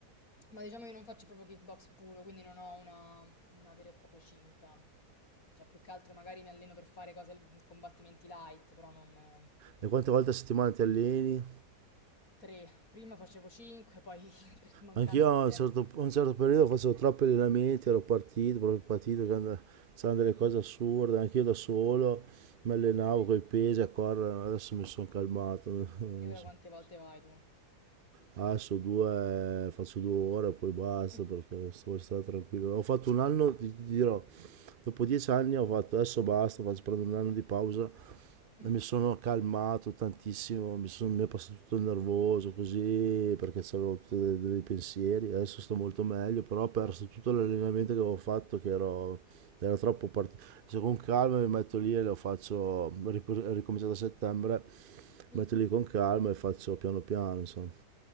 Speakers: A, on the left; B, on the right.
A: Ma diciamo io non faccio proprio kickbox puro, quindi non ho una, una vera e propria cinta. Cioè, più che altro magari mi alleno per fare cose, combattimenti light, però non...
B: e quante volte a settimana ti alleni?
A: Tre. Prima facevo cinque, poi <laughs> per mancanza
B: Anch'io a
A: di tempo...
B: un certo, a un certo periodo facevo troppi allenamenti, ero partito, proprio partito, che and- c'erano delle cose assurde, anch'io da solo mi allenavo
A: Ok.
B: con i pesi a correre, adesso mi sono calmato. <laughs> mi
A: E ora
B: son-
A: quante volte vai tu?
B: Adesso due, faccio due ore e poi basta
A: Mm,
B: perché sto- voglio stare tranquillo. Ho fatto un anno, ti, ti dirò, dopo dieci anni ho fatto adesso basta, faccio prendo un anno di pausa
A: mm,
B: e mi sono calmato tantissimo, mi, sono- mi è passato tutto il nervoso così perché avevo tutti de- dei pensieri, adesso sto molto meglio, però ho perso
A: ah,
B: tutto l'allenamento che avevo fatto che ero, era troppo partito. Se con calma mi metto lì e lo faccio, ho ripro- ho ricominciato a settembre, mi
A: mm.
B: metto lì con calma e faccio piano piano, insomma.